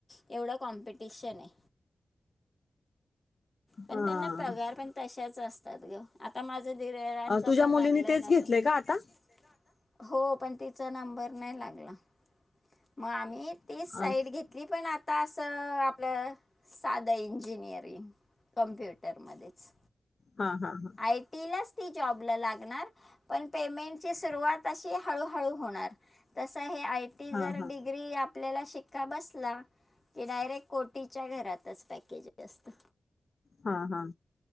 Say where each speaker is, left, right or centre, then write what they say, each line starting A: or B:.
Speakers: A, on the left; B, on the left.
A: एवढं कॉम्पिटिशन आहे. पण
B: हा
A: त्यांना पगार पण तशाच असतात ग आता माझं धीररांचां
B: तुझ्या
A: पण
B: मुलीनी
A: लागलं
B: तेच
A: आहे ना
B: घेतलंय का आता
A: <inaudible> हो पण तिचा नंबर नाही लागला मग आम्ही तीच
B: अच्छा.
A: साईड घेतली पण आता असं आपलं साधं इंजिनिअरिंग कंप्युटरमध्येच
B: हा हा हा.
A: आय टी लाच ती जॉबला लागणार पण पेमेंटची सुरुवात अशी हळूहळू होणार तस हे आय टी
B: हा
A: जर
B: हा
A: डिग्री आप आपल्याला शिक्का बसला की डायरेक्ट कोटीच्या घरातच पॅकेज असतं
B: हा हा.